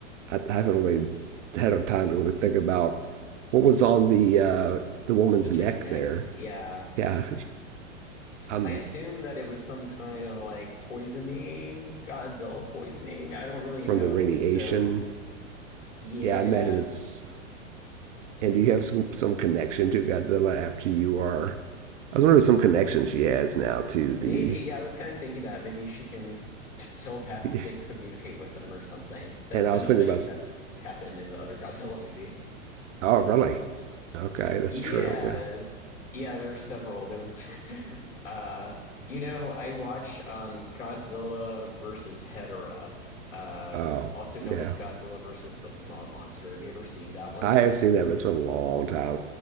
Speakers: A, on the right (about 70°); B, on the left (about 80°).
A: I haven't really had a time to really think about what was on the uh, the woman's
B: On the chick's
A: neck
B: neck.
A: there.
B: Yeah.
A: Yeah, <laughs> I'm
B: I assume that it was some kind of like poisoning, Godzilla poisoning. I don't really
A: from
B: know.
A: the radiation.
B: So, yeah.
A: Yeah, I imagine it's. And do you have some some connection to Godzilla after you are I was wondering some connection she has now to
B: Maybe,
A: the.
B: yeah, I was kind of thinking that. Maybe she can telepathically
A: <laughs>
B: communicate with them or something. That's
A: And I
B: been
A: was
B: a
A: thinking
B: thing
A: about,
B: that's happened in the other Godzilla movies.
A: oh, really? Okay, that's
B: Yeah,
A: true. Yeah.
B: yeah, there's several. There was, <laughs> uh, you know, I watched um, Godzilla versus Hedorah, uh,
A: Oh,
B: also known
A: yeah.
B: as Godzilla versus the Smog Monster. Have you ever seen that one?
A: I have seen that, but it's been a long time. I-